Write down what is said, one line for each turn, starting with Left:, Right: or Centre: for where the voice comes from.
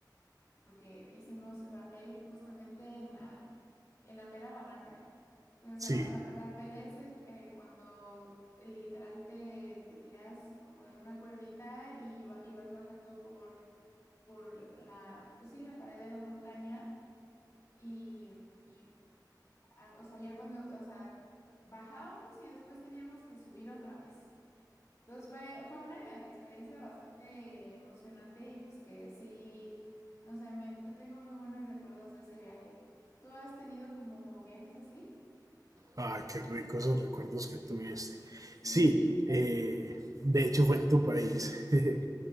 Left: porque hicimos rappel justamente en la, en la mera barranca. O sea,
Right: sí.
Left: ra- rappel es es, eh, cuando literal te, te tiras como de una cuerdita y, va- y vas bajando por, por la, pues sí, la pared de la montaña y, y, ah, o sea, ya cuando, o sea, bajábamos y después teníamos que subir otra vez. Entonces fue, fue una experiencia bastante emocionante y pues que sí, no sé, me, te- tengo muy buenos recuerdos de ese viaje. ¿Tú has tenido como viajes así?
Right: Ah, qué rico esos recuerdos que tuviste.
Left: Sí,
Right: Sí, eh, de hecho fue en tu país. <laughs>